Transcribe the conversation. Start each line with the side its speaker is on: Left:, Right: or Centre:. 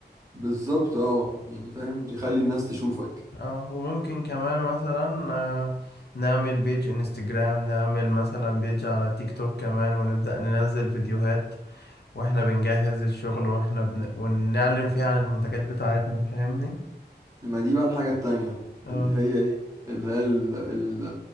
Right: بالظبط اه يعني فاهم يخلي الناس تشوفك
Left: اه وممكن كمان مثلا آه نعمل بيج انستجرام نعمل مثلا بيج على تيك توك كمان ونبدأ ننزل فيديوهات واحنا بنجهز الشغل واحنا بن... ونعلن فيها عن المنتجات بتاعتنا فاهمني
Right: ما دي بقى الحاجة التانية
Left: اه
Right: اللي هي ايه اللي هي ال- ال-